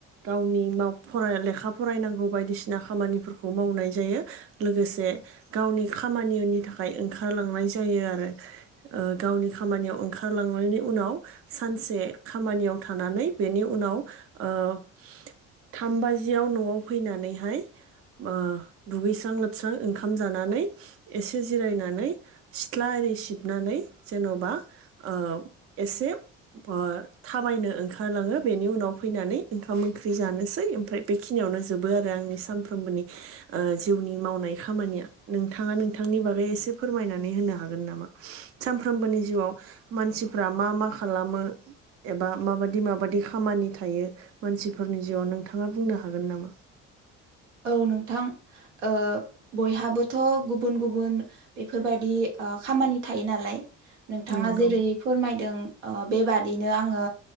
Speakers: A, on the right; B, on the right.
A: गावनि <unintelligible> लेखा फरायनांगौ बायदिसिना खामानिफोरखौ मावनाय जायो लोगोसे गावनि खामानिनि थाखाय ओंखारलांनाय जा जायो आरो ओ गावनि खामानियाव ओंखारलांनायनि उनाव सानसे खामानियाव थानानै बेनि उनाव ओ थाम बाजियाव नआव फैनानैहाय ओ दुगैस्रां लोबस्रां ओंखाम जानानै एसे जिरायनानै सिथ्ला एरि सिबनानै जेनबा ओ एसे ओ थाब बायनो ओंखारलाङो बेनि उनाव फैनानै ओंखाम ओंख्रि जानोसै ओमफ्राय बेखिनियावनो जोबो आरो आंनि सानफ्रोमबोनि ओ जिउनि मावनाय खामानिया नोंथाङा नोंथांनि बागै एसे फोरमायनानै होननै हागोन नामा सानफ्रामबोनि जिउआव मानसिफ्रा मा मा खालामो एबा माबादि माबादि खामानि थायो मानसिफोरनि जिउआव नोंथाङा बुंनो हागोन नामा?
B: <inaudible> औ नोंथां ओ बयहाबोथ गुबुन गुबुन बेफोरबायदि ओ खामानि थायो नालाय नोंथाङा
A: नंगौ
B: जेरै फोरमायदों ओ बेबादिनो आंङो